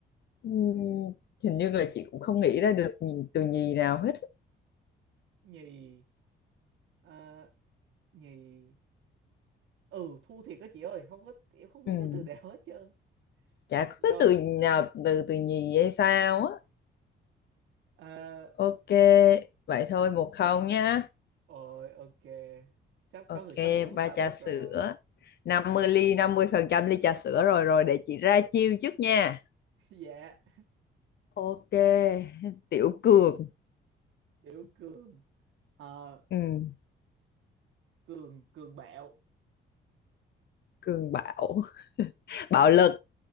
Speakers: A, on the left; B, on the right.
A: ừm, Hình như là chị cũng không nghĩ ra được nhì- từ nhì nào hết
B: nhì Ờ, nhì ừ thua thiệt đó chị ơi không có em không nghĩ
A: Ừm,
B: ra từ nào hết trơn
A: Chả có
B: rồi
A: cái từ nào từ từ nhì hay sao á
B: Ờ,
A: Ok Vậy thôi một không nhá
B: rồi ok sắp
A: Ok
B: có người sắp được uống
A: ba
B: Starbucks
A: trà sữa
B: rồi
A: năm mươi ly 50 phần trăm ly trà sữa rồi rồi để chị ra chiêu trước nha
B: <laughs> dạ
A: Ok <laughs> Tiểu Cường
B: kiểu cường ờ,
A: Ừm,
B: cường cường bạo
A: Cường Bảo <laughs> bạo lực